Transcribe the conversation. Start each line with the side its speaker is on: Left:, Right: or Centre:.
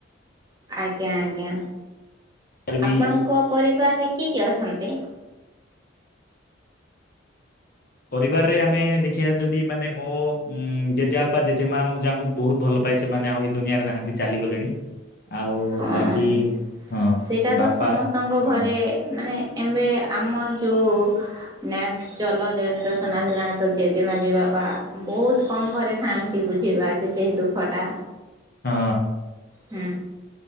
Right: ଆଜ୍ଞା ଆଜ୍ଞା
Left: ଆର ବି
Right: ଆପଣଙ୍କ ପରିବାରରେ କିଏ କିଏ ଅଛନ୍ତି?
Left: ପରିବାରରେ ଆମେ ଦେଖିବା ଯଦି ମାନେ ମୋ ଉ ଜେଜେବାପା ଜେଜେମା ମୁଁ ଯାହାଙ୍କୁ ବହୁତ ଭଲ ପାଏ। ସେମାନେ ଆଉ ଏଇ ଦୁନିଆରେ ନାହାନ୍ତି ଚାଲିଗଲେଣି ଆଉ
Right: ହଁ
Left: ବାକି ହଁ
Right: ସେଟା
Left: ବାପା
Right: ତ ସମସ୍ତଙ୍କ
Left: ହଁ
Right: ଘରେ ମାନେ ଏବେ ଆମ ଯେଉ ନେକ୍ସଟ ଚଲ ଜେନେରେସନ୍ ଆସିଲାଣି ତ ଜେଜେମା ଜେଜେ ବାପା ବହୁତ କମ ଘରେ ଥାଆନ୍ତି ବୁଝିିବା ସେହି ଦୁଃଖଟା
Left: ହଁ।
Right: ହୁଁ।